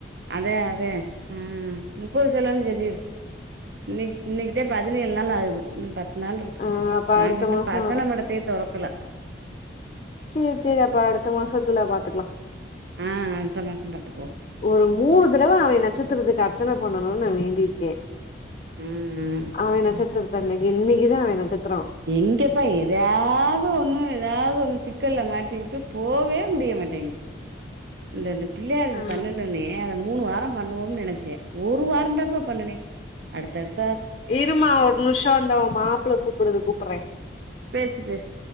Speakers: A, on the right; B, on the left.
A: அதே அதே ஹ்ம்ம் முப்பது செலனு சொல்லிரு இன்னைக்கு இன்னைக்குதே பதினேழு நாள் ஆகுது இன்னு பத் நாள் இருக்கு
B: ஆ அப்ப அடுத்த
A: நாங்க இன்னும்
B: மாசம்
A: பசன மடத்தைய துறக்கலா
B: சரி சரி அப்ப அடுத்த மாசத்துல பாத்துக்கலாம்
A: ஆஹ் அடுத்த மாசம் பாத்துக்கோம்
B: ஒரு மூணு தடவை அவை நட்சத்திரத்துக்கு அர்ச்சனை பண்ணணும்னு நா வேண்டியிருக்கேன்
A: ம்
B: அவ நட்சத்திர இன்னிக்குதா அவ நட்சத்
A: எங்கப்பா ஏதாவது ஒண்ணு ஏதாவது ஒண்ணு ச க்கல்ல மாட்டி விட்டு போவே முடிய மாட்டேங்க இது பிள்ளையா இருக்கு
B: ஆ
A: பண்ணன்னே மூணு வாரம் பண்ணுவோம்னு நினைச்சேன் ஒரு வாரம் தாப்பா பண்ணுன அடுத்தடு
B: இருமா ஒரு நிமிஷம் வந்த மாப்பிளை கூப்பிடுது கூப்பர
A: பேசு பேசு